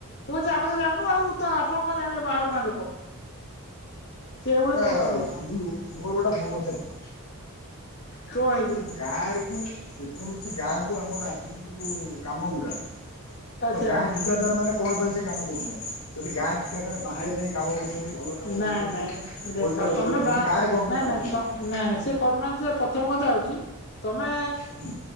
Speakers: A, on the left; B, on the left.
A: ସିଏ ତ କହୁଛି ଆମେ ଜାଣିନୁ ଆଉ ତ ଆପଣ କଣ ଜାଣିବେ ବାହାର ଗାଁ ଲୋକ ସେ ଏଭଳି
B: ଏଟା
A: କହୁଥିଲେ
B: ବନ୍ଧୁ ମୋର ଗୋଟେ ସମସ୍ୟା ଥିଲା
A: କଣ ହେଇଛି
B: ଯୋଉ ଗାଁ ରେ ଯେକୌଣସି ଗାଁ କୁ ଆମର ଆସୁଛି ଯୋଉ କାମ ଗୁରା
A: ଆଚ୍ଛା
B: ତ ଗାଁ ଠିକାଦାର ମାନେ କଣ ପାଇଁ ସେ କାମ କରୁନାହାନ୍ତି ଯଦି ଗାଁ ଠିକାଦାର ବାହାରେ ଯାଇ କାମ କରୁଛନ୍ତି ଭଲ କାମ
A: ନାଇଁ
B: କରୁଛନ୍ତି
A: ନାଇଁ ଦେଖ
B: ପଇସା ରୋଜଗାର
A: ତମେ
B: ହଉଚି
A: ବା
B: ଗାଁରେ କଣ
A: ନାଇଁ
B: ପାଇଁ କାମ
A: ନାଇଁ
B: କରୁନାହାନ୍ତି
A: ତ ନାଇଁ ସେ କରୁନାହାନ୍ତି ଯେ ପ୍ରଥମ କଥା ହେଉଛି ତମେ
B: ହୁଁ